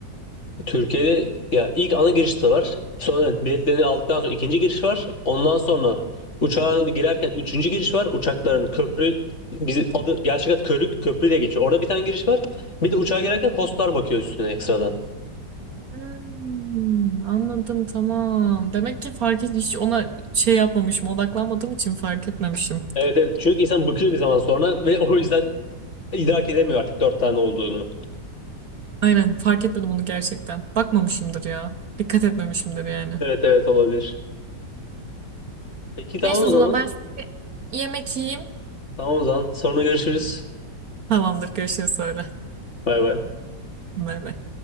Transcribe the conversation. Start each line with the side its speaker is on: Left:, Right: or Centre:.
Left: Türkiye'de ya ilk ana giriş de var. Sonra biletlerini aldıktan sonra ikinci giriş var. Ondan sonra uçağa girerken üçüncü giriş var. Uçakların köprü bizim adı gerçek adı körük köprü diye geçiyor. Orada bir tane giriş var. Bir de uçağa girerken hostlar bakıyor üstüne ekstradan.
Right: Hmm, anladım tamam. Demek ki fark et hiç ona şey yapmamışım, odaklanmadığım için fark etmemişim.
Left: Evet evet. Çünkü insan bıkıyor bir zaman sonra ve <laughs> o yüzden idrak edemiyor artık dört tane olduğunu.
Right: Aynen fark etmedim onu gerçekten. Bakmamışımdır ya. Dikkat etmemişimdir yani.
Left: Evet evet olabilir. Peki tamam
Right: Neyse
Left: o
Right: o
Left: zaman.
Right: zaman ben şimdi yemek yiyeyim.
Left: Tamam o zaman. Sonra görüşürüz.
Right: Tamamdır görüşürüz sonra.
Left: Bay bay.
Right: Bay bay.